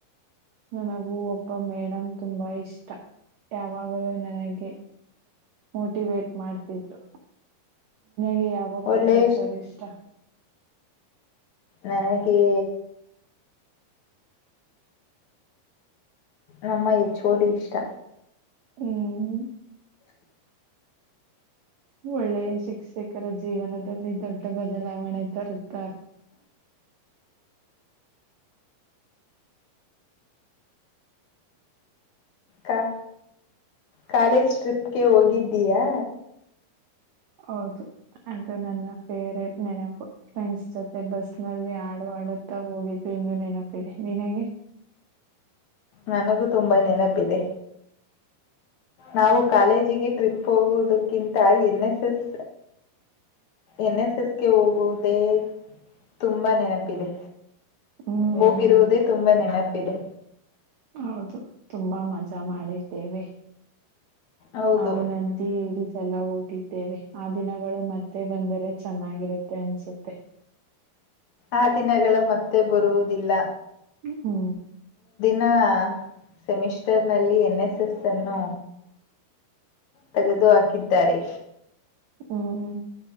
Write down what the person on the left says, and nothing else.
ಒಳ್ಳೆ
ನನಗೆ ನಮ್ಮ ಚೋಡಿ ಇಷ್ಟ
ಕಾ ಕಾಲೇಜ್ ಟ್ರಿಪ್ಗೆ ಹೋಗಿದ್ದೀಯಾ
ನನಗೂ ತುಂಬಾ ನೆನಪಿದೆ ನಾವು ಕಾಲೇಜಿಗೆ ಟ್ರಿಪ್ ಹೋಗುವುದಕ್ಕಿಂತ N S S N S ಎಸ್ಗೆ ಹೋಗುವುದೇ ತುಂಬಾ ನೆನಪಿದೆ
ಹೋಗಿರುವುದೇ
ತುಂಬಾ ನೆನಪಿದೆ
ಹೌದು,
ಆ ದಿನಗಳು ಮತ್ತೆ ಬರುವುದಿಲ್ಲ
ನ ಸೆಮಿಸ್ಟರ್ ನಲ್ಲಿ ಎನ್ ಎಸ್ ಎಸ್ ಸನ್ನು ತೆಗೆದುಹಾಕಿದ್ದಾರೆ